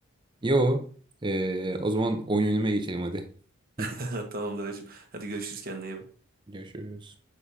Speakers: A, on the right; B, on the right.
A: Yo. Ee, o zaman oyun oynamaya geçelim hadi. <laughs>
B: <laughs> Tamamdır hacım. Hadi görüşürüz kendine iyi bak.
A: Görüşürüz.